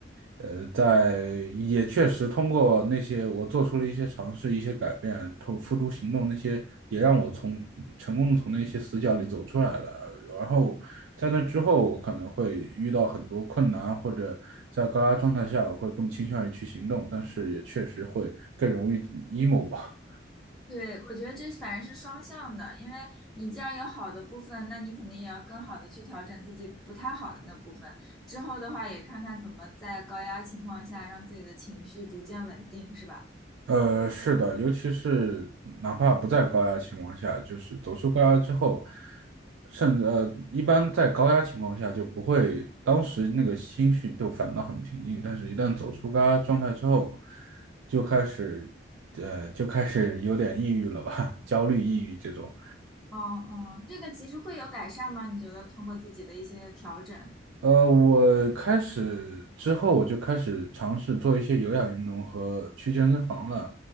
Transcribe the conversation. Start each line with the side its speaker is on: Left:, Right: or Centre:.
Right: 呃，在也确实通过那些我做出了一些尝试、一些改变，投付诸行动，那些也让我从成功的从那些死角里走出来了。然后在那之后，我可能会遇到很多困难，或者在高压状态下，我会更倾向于去行动，但是也确实会更容易 emo 吧。
Centre: 对，我觉得这反正是双向的，因为你既然有好的部分，那你肯定也要更好的去调整自己不太好的那部分。之后的话，也看看怎么在高压情况下让自己的情绪逐渐稳定，是吧？
Right: 呃，是的，尤其是哪怕不在高压情况下，就是走出高压之后，甚至呃，一般在高压情况下就不会，当时那个心绪都反倒很平静，但是一旦走出高压状态之后，就开始，呃，就开始有点抑郁了吧，<laughs> 焦虑、抑郁这种。
Centre: 哦哦，这个其实会有改善吗？你觉得通过自己的一些调整？
Right: 呃，我开始之后，我就开始尝试做一些有氧运动和去健身房了。